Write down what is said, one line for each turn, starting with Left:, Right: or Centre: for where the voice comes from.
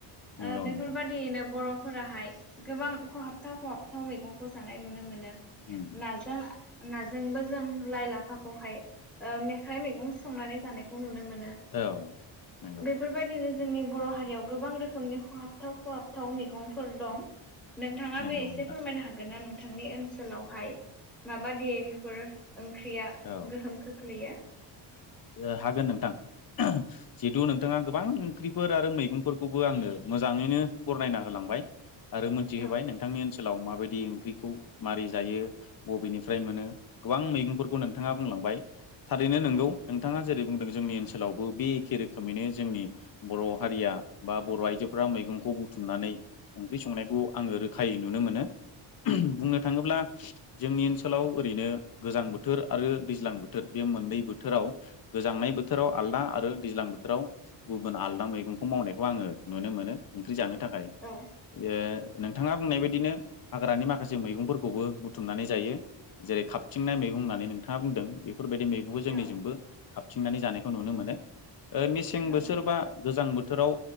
Centre: ओ
Left: नंगौ
Centre: बेफोरबादियैनो
Left: नोंथां
Centre: बरफोराहाय गोबां खहाबथाव खहाब- थाव मैगंखौ जानाय नुनो मोनो
Left: उम
Centre: नाजों नाजोंबो जों लाइ लाफाखौहाय ओ मेख्राइ मैगं संनानै जानायखौ नुनो मोनो
Left: औ नंगौ
Centre: बेफोरबायदि जोंनि बर हारियाव गोबां रोखोमनि खहाबथाव खहाबथाव मैगंफोर दं नोंथाङा
Left: नंगौ
Centre: बे एसे
Left: नोंथां
Centre: फोरमायनो हागोन ना नोंथांनि ओनसोलाव हाय माबादियै बेफोर? ओंख्रिया
Left: औ
Centre: गोहोम खोख्लैयो
Left: ओ हागोन नोंथां। जिहेतु नोंथाङा गोबां ओंख्रिफोर आरो मैगंफोरखौबो आंनो मोजाङैनो बरनायना होलां हामबाय आरो मोनथि
Centre: औ
Left: होबाय नोंथांनि सोलाव माबायदि ओंख्रिखौ मारै जायो बबेनिफ्राय मोनो गोबां मैगंफोरखौ नोंथाङा बुंलां बाय थारैनो नोंगौ नोंथाङा जेरै बुंदों जोंनि ओनसोलावबो बे एखे रोखोमैनो जोंनि बर‌ हारिया बा बर आइजो बेफ्रा मैगंखौ बुथुमनानै ओंख्रि संनायखौ आङो रोखायै नुनो मोनो बुंनो थाङोब्ला जोंनि ओनसोलाव ओरैनो गोजां बोथोर आरो दैज्लां बोथोर बे मोननै बोथोराव गोजांनाय बोथोराव आलदा आरो दैज्लां बोथ राव गुबुन आलदा मैगंखौ मावनायखौ आङो नुनो मोनो ओंख्रि जानो थाखाय
Centre: औ
Left: ओ नोंथाङा बुंनाय बाय बिदिनो हाग्रानि माखासे मैगंफोरखौबो बुथुमनानै जायो जेरै खाबथिंनाय मैगं होननानै नोंथाङा बुंदों बेफोरबायदि मै जोंनिजोंबो
Centre: औ
Left: खाबथिंनानै जानायखौ नुनो मोनो ओ मेसें
Centre: औ
Left: बोसोरबा गोजां बोथ थोराव